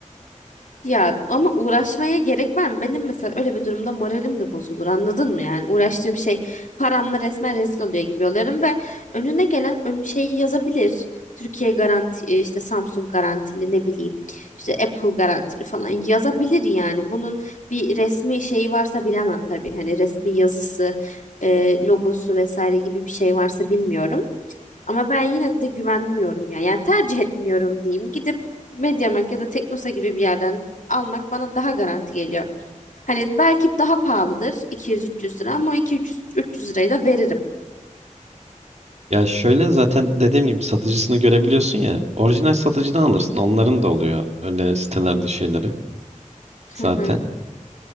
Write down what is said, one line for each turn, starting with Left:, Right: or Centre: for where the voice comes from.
Left: Ya ama uğraşmaya gerek var mı? Benim mesela öyle bir durumda moralim de bozulur anladın mı? Yani uğraştığım şey paramla resmen rezil oluyor gibi oluyorum ve önüne gelen ön şeyi yazabilir. Türkiye garanti e, işte Samsung garantili ne bileyim işte Apple garantili falan yazabilir yani. Bunun bir resmi şeyi varsa bilemem tabii. Hani resmi yazısı, e, logosu vesaire gibi bir şey varsa bilmiyorum. Ama ben yine de güvenmiyorum yani. Yani tercih etmiyorum diyeyim. Gidip MediaMarkt ya da Teknosa gibi bir yerden almak bana daha garanti geliyor. Hani belki daha pahalıdır 200-300 lira ama o 200-300 lirayı da veririm.
Right: Ya şöyle zaten dediğim gibi satıcısını görebiliyorsun ya. Orijinal satıcıdan alırsın. Onların da oluyor öyle sitelerde şeyleri zaten.
Left: Hı hı.